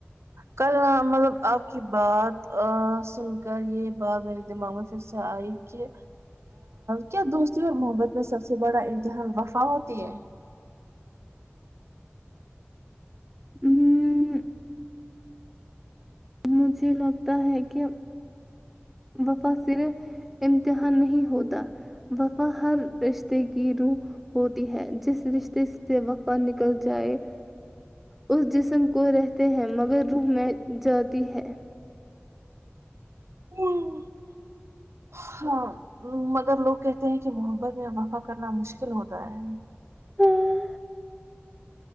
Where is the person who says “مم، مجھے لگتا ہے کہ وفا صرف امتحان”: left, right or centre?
Centre